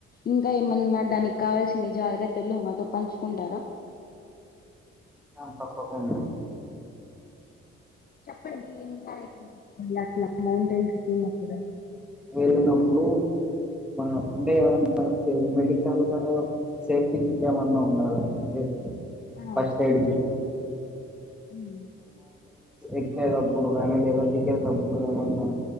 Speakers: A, on the left; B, in the centre.
A: ఇంకా ఏమన్నా దానికి కావాల్స్ జాగ్రత్తలు మాతో పంచుకుంటారా
B: పప్పకుం
A: చప్పడి బ ఏం జాలారి కొళ్లాట్లా మౌంటైన్ ట్రెక్కంగ్ కూడాడ
B: వెళ్ళినప్పుడు అంటే ఏమన్నా మెడికల్ సేఫ్టీ కి ఏమన్నా ఉండాలండి
A: ఆ
B: ఫస్ట్ ఎడ్
A: ఉమ్,
B: ఎక్కే తప్పుడు కానీ లేవ దడికే తప్పుడు కాని ఉన్నా